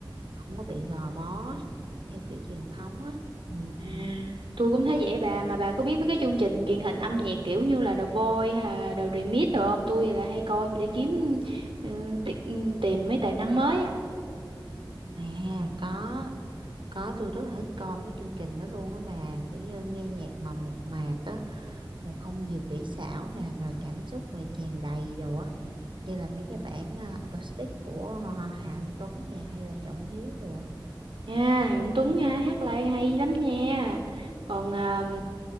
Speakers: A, on the right (about 65°); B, on the right (about 80°).
A: không có bị gò bó theo kiểu truyền thống á. Ừ.
B: À, tôi cũng thấy vậy bà mà bà có biết mấy cái chương trình truyền hình âm nhạc kiểu như là The Voice hay là The Remix rồi không tôi là hay coi mà để kiếm ừ, ti- ừ, tìm mấy tài năng mới á
A: À có, có tôi rất là thích coi mấy chương trình đó luôn á bà, kiểu như nghe nhạc mà mộc mạc á, rồi không nhiều kỹ xảo nè, rồi cảm xúc này tràn đầy đồ á, như là mấy cái bản à, acoustic của à, Hà Anh Tuấn nè hay là Trọng Hiếu đồ á.
B: nha Anh Tuấn ha, hát live hay lắm nha còn à,